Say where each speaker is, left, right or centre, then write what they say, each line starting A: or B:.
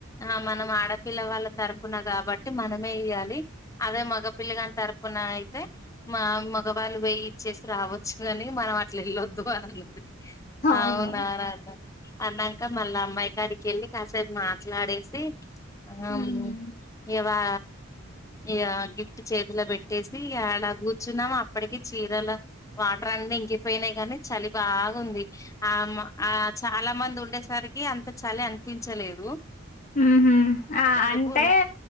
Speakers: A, on the left; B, on the left.
A: ఆ మనం ఆడపిల్ల వాళ్ళ తరపున కాబట్టి మనమే ఇయాలి అదే మగపిల్ల గాని తరుపున అయితే మా మగవాళ్ళు పోయి ఇచ్చేసి రావచ్చు కాని మనం అట్లా వెళ్ళొద్దు అని అన్నది
B: అవును
A: అవున అని అన్న అన్నాక మళ్ళ అమ్మాయి గడికేళ్ళి కాసేపు మాట్లాడేసి అమ్
B: ఉహు
A: ఇగ వా ఇగ గిఫ్ట్ చేతిల పెట్టేసి అలా కూర్చున్నాము అప్పటికే చీరల వాటర్ అన్నిీ ఇంకిపోయినాయి కానీ చలి బాగుంది ఆమ్ ఆ చాలా మంది ఉండేసరికి అంత చాలి అనిపించలేదు
B: మ్ హు ఆ
A: ఇంక
B: అంటే
A: పూ